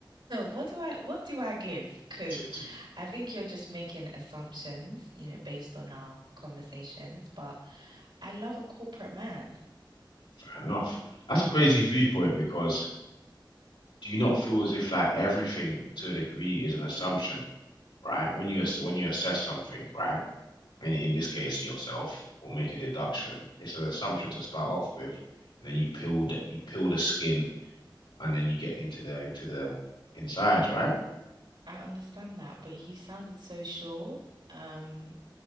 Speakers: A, on the right; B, on the left.
A: What do I what do I give? Because
B: T- t-
A: I think you're just making assumptions, you know, based on our conversations, but I love a corporate man.
B: Fair enough. That's a crazy viewpoint because do you not feel as if like everything to a degree is an assumption, right? When you ass- when you assess something, right? and in this case yourself, or make a deduction. It's an assumption to start off with, and then you peel the you peel the skin, and then you get into the into the insides, right?
A: I understand that, but you sounded so sure. Um,